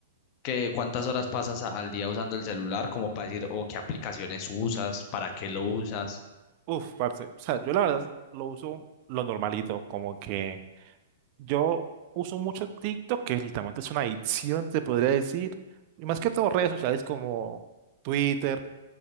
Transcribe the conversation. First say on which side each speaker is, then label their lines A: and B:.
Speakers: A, on the left; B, on the right.
A: que cuántas horas pasas a- al día usando el celular, como para decir, o qué aplicaciones usas, para qué lo usas.
B: Uf, parce. O sea, yo la verdad lo uso lo normalito, como que yo uso mucho TikTok, que literalmente es una adicción, se podría decir, y más que todo redes sociales como Twitter,